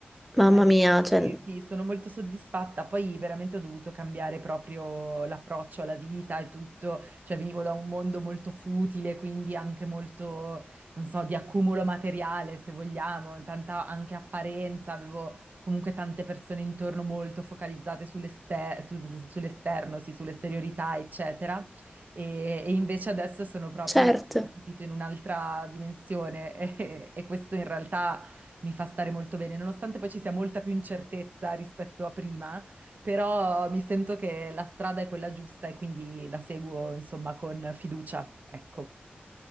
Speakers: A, in the centre; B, on the right (about 45°).
A: Mamma
B: Ma infatti
A: mia, cioè,
B: sì, sono molto soddisfatta. Poi veramente ho dovuto cambiare proprio l'approccio alla vita e tutto. Cioè venivo da un mondo molto futile, quindi anche molto, non so, di accumulo materiale, se vogliamo, tanta anche apparenza. Avevo comunque tante persone intorno molto focalizzate sull'este- sul- sull'esterno, sì, sull'esteriorità, eccetera. E, e invece adesso sono proprio,
A: certo,
B: ho capito, in un'altra dimensione <laughs> e e questo in realtà mi fa stare molto bene, nonostante poi ci sia molta più incertezza rispetto a prima, però mi sento che la strada è quella giusta e quindi la seguo, insomma, con fiducia, ecco.